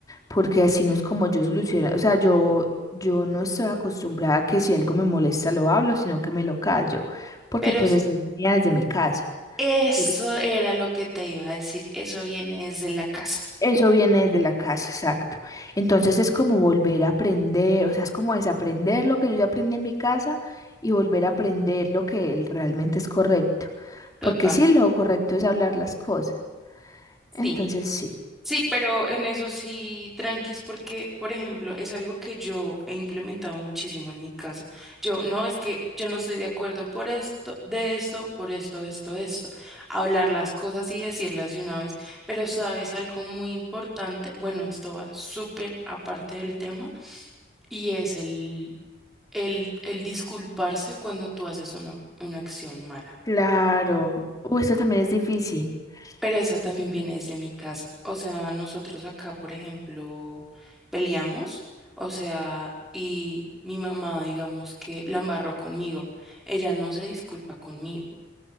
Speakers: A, on the left; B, in the centre.
A: porque así no es como yo soluciono, o sea, yo, yo no estoy acostumbrada a que si algo me molesta lo hablo, sino que me lo callo, porque
B: pero
A: pues
B: s-
A: así venía desde mi casa,
B: eso
A: pero
B: era lo que te iba a decir. Eso viene desde la casa.
A: eso viene de la casa, exacto. Entonces es como volver a aprender, o sea, es como desaprender lo que yo ya aprendí en mi casa y volver a aprender lo que el- realmente es correcto,
B: Total.
A: porque sí, lo correcto es hablar las cosas, entonces
B: sí.
A: sí.
B: Sí, pero en eso sí, tranquis, porque, por ejemplo, es algo que yo he implementado muchísimo en mi casa. Yo, no, es que yo no estoy de acuerdo por esto, de esto, por esto, esto, esto. Hablar las cosas y decirlas de una vez. Pero sabes algo muy importante, bueno, esto va súper aparte del tema, y es el, el, el disculparse cuando tú haces una, una acción mala.
A: Claro. Uh, esto también es difícil.
B: Pero esa también
A: Exacto.
B: viene desde mi casa. O sea, nosotros acá, por ejemplo, peleamos. O sea, y mi mamá, digamos que la embarró conmigo. Ella no se disculpa conmigo.